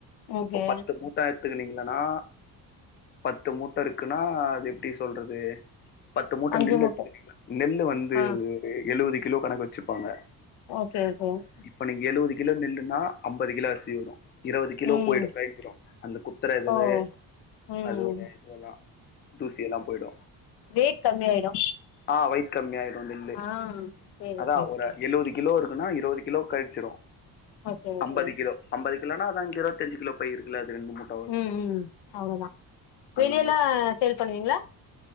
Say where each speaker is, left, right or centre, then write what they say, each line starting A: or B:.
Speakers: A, on the left; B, on the left.
A: ஓகே
B: இப்ப பத்து மூட் ட எத்துக்கனீங்களன்னா பத்து மூட்ட இருக்குன்னா அது எப்டி சொல்றது பத்து மூட்டநெல்லு
A: அஞ்சு மூட்ட
B: எடுத்துக்கங்கள நெல்லு வந்து
A: ஆ
B: எழுவது கிலோ கணக்கு வச்சுப்பாங்க
A: ஓகே ஓகே
B: இப்ப நீங்க எழுவது கிலோ நெல்லுன்னா அம்பது கிலோ அரிசி வரு இருபது கிலோ
A: ம்
B: போயிடு கழி்ஞ்சிடு அந்த குத்துற இதுவு
A: ஓ ம்
B: அதோட இதுவல்லா தூசியெல்லா போயிடு
A: ரேட் கம்மியாயிடு
B: ஆ வயிட் கம்மியாயிடு நெல்லு
A: ஆ சேரி
B: அதா
A: சேரி
B: ஒரு
A: சேரி
B: எழுவது கிலோ இருக்குன்னா இருவது கிலோ கழிச்சிடு
A: ஓ சேரி
B: அம்பது
A: சேரி
B: கிலோ அம்பது கிலோனா அதங்க இரதஞ்சு கிலோ பையிருக்குல அது ரெண்டு மூட்
A: உ உ அவ்வளதா
B: அந்த
A: வெளிய
B: மாரி
A: எல்லா ஸேல் பண்ணுவீங்களா